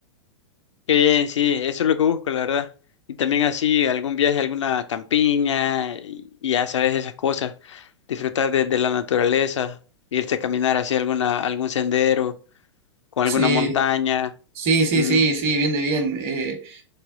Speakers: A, on the left; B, on the right.
A: Qué bien, sí, eso es lo que busco, la verdad. Y también así algún viaje a alguna campiña y, y ya sabes esas cosas, disfrutar de, de la naturaleza, irse a caminar hacia alguna, algún sendero, con
B: Sí,
A: alguna montaña.
B: sí, sí,
A: mm.
B: sí, sí, bien de bien. Eh,